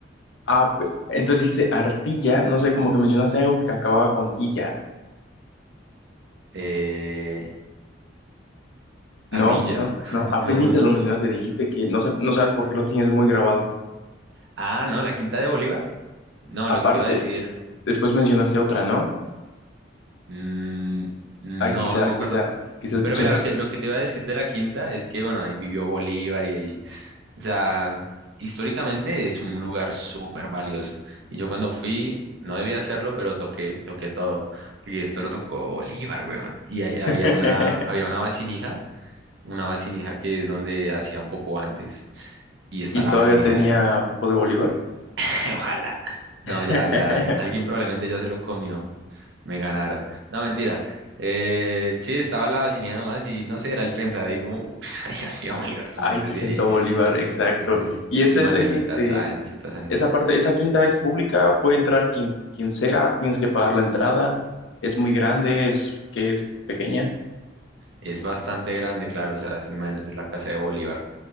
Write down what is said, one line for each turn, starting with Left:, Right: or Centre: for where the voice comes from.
Left: Ah, pe- entonces dice ardilla, no sé, como que mencionaste algo que acababa con illa.
Right: Eh,
Left: No,
Right: Ardilla.
Left: no,
Right: <laughs>
Left: no. Apenitas
Right: No.
Left: lo mencionaste, dijiste que no, sa- no sabes por qué lo tienes muy grabado.
Right: Ah, no, la Quinta de Bolívar. No,
Left: Aparte,
Right: lo que te iba a decir.
Left: después mencionaste otra, ¿no?
Right: mm, no,
Left: Ay, quizá,
Right: no me acuerdo.
Left: quizá, quizá escuché
Right: Pero mira,
Left: mal.
Right: lo que, lo que te iba a decir de la Quinta es que, bueno, ahí vivió Bolívar y ahí. O sea, históricamente es un lugar súper valioso. Y yo cuando fui, no debía hacerlo, pero toqué, toqué todo. Y esto lo tocó Bolívar, weón. Y ahí
Left: <laughs>
Right: había una, había una vasinija, una vasinija que es donde hacían popó antes y está
Left: Y
Right: la
Left: todavía
Right: vasinija
Left: tenía Popo de Bolívar.
Right: <laughs> Ojalá. No,
Left: <laughs>
Right: ya, ya, al- alguien probablemente ya se lo comió. Me ganaron. No, mentira. Eh, sí, estaba la vacinilla nomás y no sé, era el pensar ahí como, "Uf, <laughs> ay, así a Bolívar,
Left: Ay,
Right: usted decía,
Left: se sentó
Right: <laughs> y,
Left: Bolívar, exacto.
Right: así decía.
Left: Y ese
Right: Y Manuelita
Left: es, es este,
Right: Sáenz y toda esa gente.
Left: esa parte, esa quinta es pública, puede entrar quien, quien sea, tienes que pagar la entrada. Es muy grande, es que es pequeña.
Right: Es bastante grande, claro, o sea, imagínate, es la casa de Bolívar.